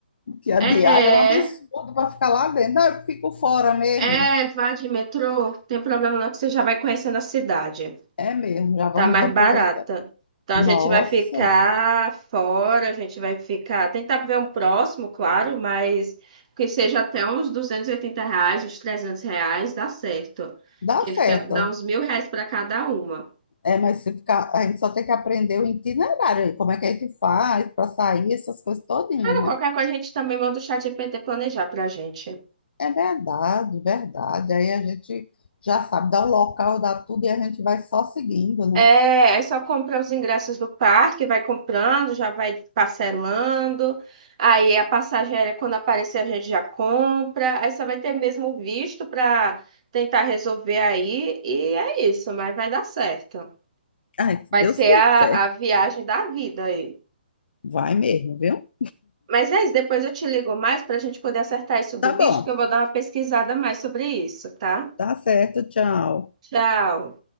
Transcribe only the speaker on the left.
que a
diária é um absurdo para ficar lá dentro. Não, eu fico fora mesmo.
É mesmo, já vamos
aproveitar.
Nossa,
dá
certo.
É, mas se ficar, a gente só tem que aprender o itinerário aí, como é que a gente faz para sair, essas coisas todinhas,
né?
É verdade, verdade. Aí a gente já sabe, dá o local, dá tudo e a gente vai só seguindo, né?
Ai, se
Deus
quiser,
vai mesmo, viu?
Tá bom,
tá certo, tchau.